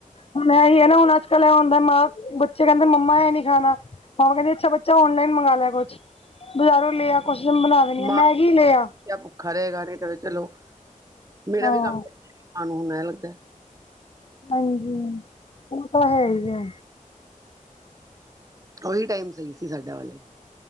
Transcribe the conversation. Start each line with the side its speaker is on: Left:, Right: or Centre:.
Left: ਹੁਨ ਇਹੀ ਹੈ ਨਾ ਹੁਨ ਅੱਜ-ਕੱਲ ਇਹ ਹੁੰਦਾ ਮਾਂ ਬੱਚੇ ਕਹਿੰਦੇ ਮੰਮਾ ਇਹ ਨੀ ਖਾਨਾ। ਮਾਵਾ ਕਹਿੰਦੀ ਅੱਛਾ ਬੱਚਾ ਔਨਲਾਈਨ ਮੰਗਾ ਲੈਅ ਕੁਛ ਬਾਜ਼ਾਰੋਂ ਲੈਅ ਆ ਕੁਛ ਤੇਨੂੰ ਬਣਾ ਦੇਨੀ ਆ
Right: ਮਾਂ
Left: ਮੈਗੀ ਲੈਅ ਆ।
Right: ਬੱਚਾ ਭੁੱਖਾ ਰਹੇਗਾ, ਨਈ ਤੇ ਫੇਰ ਚਲੋ ਮੇਰਾ
Left: ਹਾਂ
Right: ਵੀ ਕੰਮ, ਸਾਨੂੰ ਹੁਨ ਇਹ ਲੱਗਦਾ
Left: ਹਾਂਜੀ, ਉਹ ਤਾਂ ਹੈ ਈ ਅ।
Right: ਓਹੀ ਟਾਈਮ ਸਈ ਸੀ ਸਾਡਾ ਵਾਲੇ।